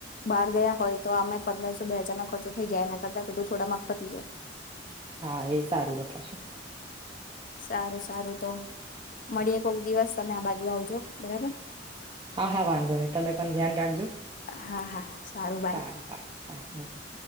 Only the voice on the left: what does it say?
બહાર ગયા હોય તો આમે પંદરસો બે હજાર નો ખર્ચો થઇ જાય એના કરતા પેલું થોડા માક વધી જાય
સારું સારું તો મળીએ કોક દિવસ તમે આ બાજુ આવજો બરાબર
હા હા બાય